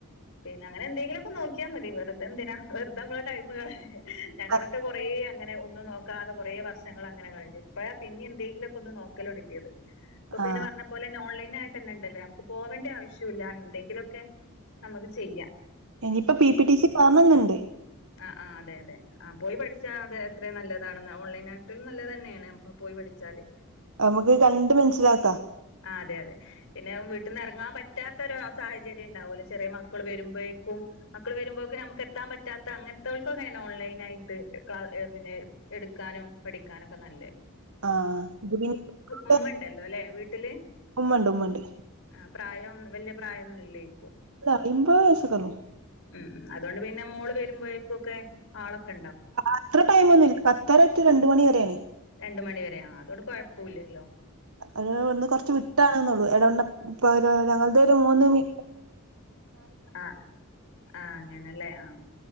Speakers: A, on the left; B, on the right.
A: പിന്നെ അങ്ങനെ എന്തെങ്കിലും ഒക്കെ നോക്കി മതി വെറുതെ ന്തിനാ വെറുതാ നമ്മ ടൈം കളിയുന്ന ഞങ്ങളൊക്കെ
B: ആ
A: കൊറേ ങ്ങനെ ഒന്നും നോക്കാതെ കൊറേ വർഷങ്ങൾ അങ്ങനെ കഴിഞ്ഞു. ഇപ്പ പിന്നെ എന്തെങ്കിലും ഒക്കെ ഒന്ന് നോക്കല് തൊടങ്ങിത്. അപ്പൊ പിന്നെ
B: ആ
A: പറഞ്ഞ പോലെന്നെ ഓൺലൈൻ ആയി ട്ടിന്നണ്ടല്ലോ നമുക്ക് പോവേണ്ടി ആവശ്യ ഇല്ല എന്തെങ്കിലൊക്കെ നമുക്ക് ചെയ്യാം.
B: ഇനിപ്പ പി പി ടി സി <unintelligible>
A: ആ ആ അതെ അതെ ആഹ് പോയി പഠിച്ച അത് എത്രയു നല്ലതാണെന്ന ഓൺലൈനായിട്ടും നല്ലത് തന്നേണ്. നമ്മൾ പോയി പഠി ച്ചാല്.
B: നമുക്ക് കണ്ട് മനസ്സിലാക്കാ.
A: അതെ അതെ പിന്നെ വീട്ടിൽ നിന്ന് ഇറങ്ങാൻ പറ്റാത്തൊരു സാഹചര്യം ഉണ്ടാവുലോ ചെറിയ മക്കൾ വരുമ്പോഴേക്കും മക്കൾ വരുമ്പോഴേക്കും നമുക്ക് എത്താൻ പറ്റാത്ത അങ്ങനത്തെവൾക്കുങ്ങെയാണ് ഓൺലൈൻ ആയിട്ട് ക്ക എങ്ങനെ എടുക്കാനും പഠിക്കാനും ഒക്കെ നല്ലെ.
B: ആഹ് <unintelligible>
A: ഉമ്മണ്ടല്ലോ ല്ലെ വീട്ടില്?
B: ഉമ്മണ്ട് ഉമ്മണ്ട്
A: ആ പ്രായം വലിയ പ്രായംന്നുലേക്കും.
B: ഇല്ല എൺപത് കാണും.
A: ഉം ഉം അതുകൊണ്ട് പിന്നെ മോള് വരുമ്പോഴേക്കും ഒക്കെ ആളൊക്കെ
B: അത്ര ടൈം ഒന്നും പത്തര ടു രണ്ട് മണി വരെയാണ്
A: രണ്ട മണിവരെയാ ആ അതോട് കുഴപ്പൂല്ലല്ലോ.
B: ഏഹ് ഇവിന്ന് കൊറച്ച് വിട്ടാണ്ന്നുള്ളു. എടവെണ്ണ ഇപ്പൊ ഞങ്ങൾത് ഒരു മൂന്ന് മീ
A: ആഹ് ആഹ് അങ്ങനല്ലേ ആഹ്